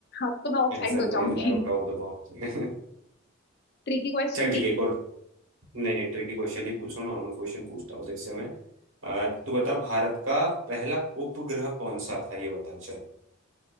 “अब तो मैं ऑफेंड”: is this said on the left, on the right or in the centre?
Left